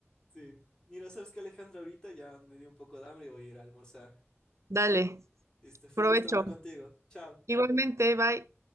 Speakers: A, on the left; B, on the right.
A: Sí. Y no sabes que Alejandra ahorita ya me dio un poco de hambre y voy a ir a almorzar.
B: Dale,
A: Listo, fue
B: provecho.
A: un gusto hablar contigo. Chao.
B: Igualmente, bye.